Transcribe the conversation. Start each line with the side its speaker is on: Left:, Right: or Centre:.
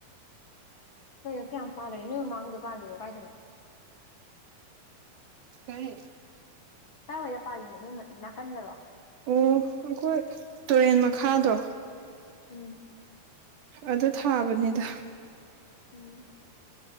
Left: ꯀꯩ ꯀꯌꯥꯝ ꯄꯥꯜꯂꯒꯦ ꯅꯣꯏ ꯃꯃꯥꯡꯗꯣ ꯄꯥꯜꯂꯤꯕꯣ ꯀꯥꯏꯗꯅꯣ
Right: ꯀꯔꯦ
Left: ꯀꯥꯏꯋꯥꯏꯗ ꯄꯥꯜꯂꯤꯅꯣ ꯅꯣꯏ ꯅꯥꯀꯟꯗꯔꯣ
Right: ꯑꯣ ꯑꯩꯈꯣꯏ ꯇꯨꯔꯦꯟ ꯃꯈꯥꯗꯣ
Left: ꯎꯝ
Right: ꯑꯗꯨ ꯊꯥꯕꯅꯦꯗ
Left: ꯎꯝ